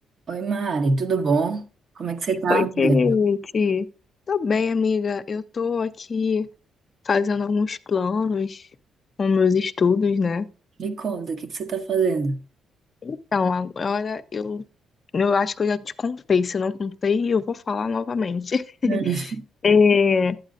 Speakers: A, on the right (about 55°); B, on the left (about 40°).
A: Oi, Mari, tudo bom? Como é que você tá,
B: Oi,
A: amiga?
B: Kate. Tô bem, amiga. Eu tô aqui fazendo alguns planos com meus estudos, né?
A: Me conta, o que que você tá fazendo?
B: Então, agora eu, eu acho que eu já te contei. Se eu não contei, eu vou falar novamente. <laughs>
A: <laughs>
B: É,